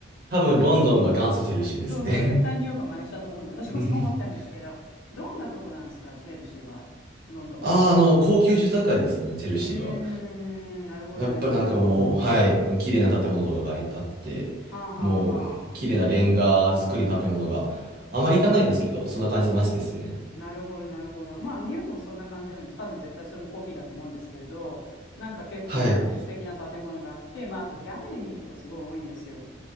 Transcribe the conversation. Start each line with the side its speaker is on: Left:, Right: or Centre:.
Right: 多分、ロンドンが元祖チェルシーですね。
Left: そうそう絶対ニューヨークは真似したと思うんで私もそう思ったんですけどどんなところなんですかチェルシーはロンドンは
Right: <laughs> ああ、あの、高級住宅街ですね、チェルシーは。
Left: うーんなるほどなるほど
Right: やっぱりなんかもう、はい、綺麗な建物とかがあいあって、
Left: はあはあは
Right: もう、綺麗なレンガ造りの建物が、あまり行かないんですけど、そんな感じの街ですね。
Left: なるほど、なるほど。まあ、ニューヨークもそんな感じじゃないんです。多分絶対それもコピーだと思うんですけれど、なんか結構、
Right: はい。
Left: なんて素敵な建物があって、まあ、あとギャラリーとかすごい多いんですよ。